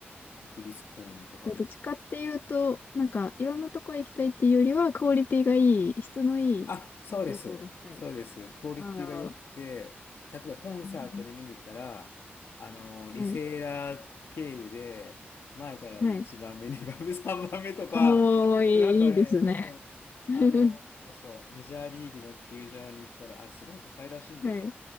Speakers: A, on the left; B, on the left.
A: 国立公園とかでも。
B: じゃあ、どっちかっていうと、なんか、いろんなとこ行きたいっていうよりは、クオリティがいい、質のいい旅行がしたい。
A: あ、そうです。そうです。クオリティが良くて、
B: ああ、
A: 例えばコンサートに見に行ったら、
B: うん
A: あの、リセーラー経由で、
B: はい。
A: 前から1番目、
B: はい。
A: 2番目、3 <laughs> 番目とか、
B: おー、いい、
A: なんかね、
B: いいですね。
A: うん。
B: <laughs>
A: あの、そうそう、メジャーリーグの球場に行ったら、あれすごい高いらしいんだよ。
B: はい。